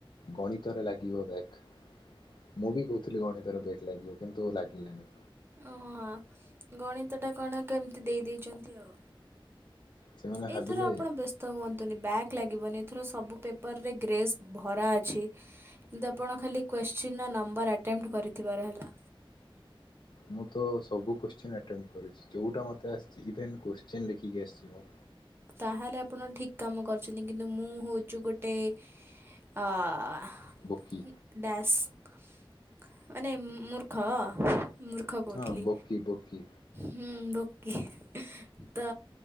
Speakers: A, on the left; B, on the right.
A: ଗଣିତରେ ଲାଗିବ ବ୍ୟାକ। ମୁଁ ବି କହୁଥିଲି ଗଣିତରେ ବ୍ୟାକ୍ ଲାଗିବ କିନ୍ତୁ ଲାଗିଲାନି।
B: ଓ ହଁ ହାଁ ଗଣିତ ଟା କଣ କେମତି ଦେଇ ଦେଇଚନ୍ତି ଆଉ।
A: ସେମାନେ
B: ଏଇଥର
A: ଭାବିଲେ
B: ଆପଣ ବ୍ୟସ୍ତ ତ ହୁଅନ୍ତୁନି ବ୍ୟାକ୍ ଲାଗିବନି ଏଥିର ସବୁ ପେପରରେ ଗ୍ରେସ୍ ଭରା ଅଛି। କିନ୍ତୁ ଆପଣ ଖାଲି କ୍ୱଶ୍ଚିନ୍ ନମ୍ବର ଆଟେମ୍ପଟ କରିଥିବାର ହେଲା।
A: ମୁଁ ତ ସବୁ କୋଶ୍ଚିନ୍ ଆଟେମ୍ କରିଛି ଯଉଟା ମୋତେ ଆସିଛି ଇଭେନ କୋଶ୍ଚିନ ଲେଖିକି ଆସିଛି ମୁଁ।
B: ତାହେଲେ ଆପଣ ଠିକ କାମ କରୁଛନ୍ତି କିନ୍ତୁ ମୁଁ ହେଉଛି ଗୋଟେ ହଁ।
A: ବୋକି।
B: ଡ୍ୟାସ୍ ମାନେ ମୂର୍ଖ ମୂ ଦୁଖ କହୁଥିଲି
A: ହଁ ବୋକି ବୋକି
B: ହୁଁ ବୋକୀ ତ